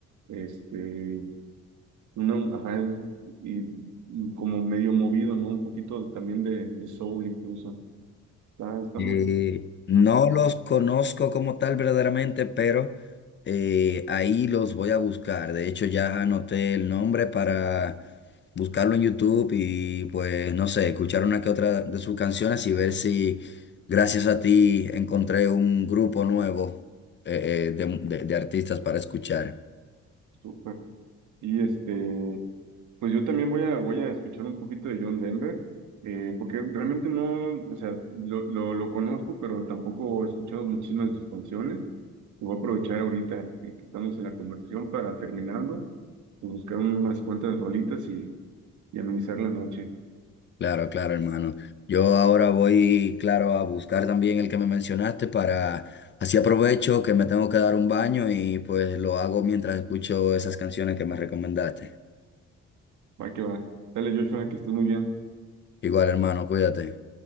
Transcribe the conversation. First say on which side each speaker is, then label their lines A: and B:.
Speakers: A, on the right; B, on the left.
A: este, uno, ajá, es- y, y como medio movido, ¿no? Un poquito también de, de soul incluso. Está, está
B: Eh,
A: muy,
B: no
A: ah,
B: los conozco como tal verdaderamente, pero eh, ahí los voy a buscar. De hecho, ya anoté el nombre para buscarlo en YouTube y pues no sé, escuchar una que otra de sus canciones y ver si gracias a ti encontré un grupo nuevo eh, eh, de, de de artistas para escuchar.
A: súper. Y este, pues yo también voy a, voy a escuchar un poquito de John Denver, eh, porque realmente no, o sea, lo, lo, lo conozco, pero tampoco he escuchado muchísimas de sus canciones. Y Voy a aprovechar ahorita eh, que estamos en la conversación para terminando, pues, buscar unas cuantas rolitas y, y amenizar la noche.
B: Claro, claro, hermano. Yo ahora voy, claro, a buscar también el que me mencionaste para, así aprovecho que me tengo que dar un baño y pues lo hago mientras escucho esas canciones que me recomendaste.
A: Va que va. Dale, Joshua, que estés muy bien.
B: Igual, hermano, cuídate.